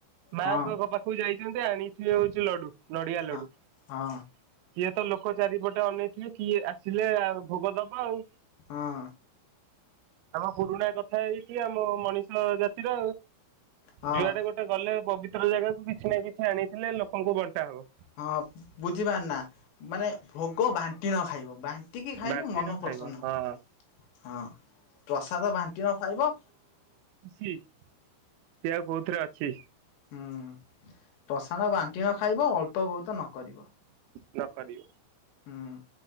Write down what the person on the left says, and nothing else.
ହଁ
ହଁ।
ହଁ
ହଁ।
ହଁ
ହଁ ବୁଝିପାର ନା ମାନେ ଭୋଗ ବାଣ୍ଟିଣ ଖାଇବ ବା ଟିକି ଖାଇନ
ମନ
ପ୍ରସନ।
ହଁ ପ୍ରସାଦ ବାଣ୍ଟିଣ ଖାଇବ।
ହୁଁ ପ୍ରସାଣ ବାଣ୍ଟିଣ ନ ଖାଇବ ଅଳ୍ପ ବହୁତ ନ କରିବ।
ହୁଁ